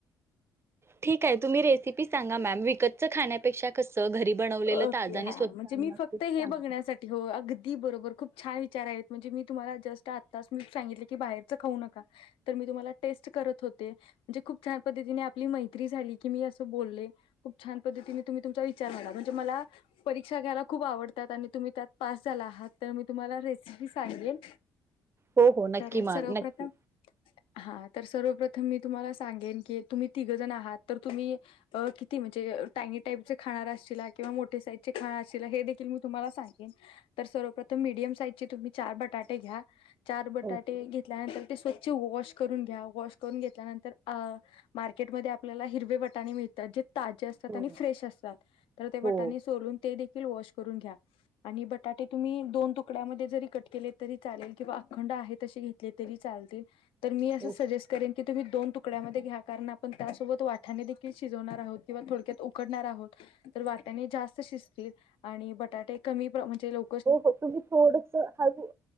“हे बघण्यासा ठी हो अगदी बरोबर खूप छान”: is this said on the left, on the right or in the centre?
Left